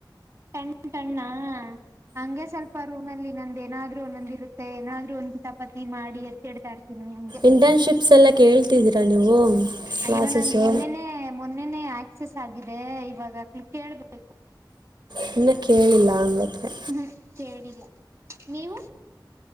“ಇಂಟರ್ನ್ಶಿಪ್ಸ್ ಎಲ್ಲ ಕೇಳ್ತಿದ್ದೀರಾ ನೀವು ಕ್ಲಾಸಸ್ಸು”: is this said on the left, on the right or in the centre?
Right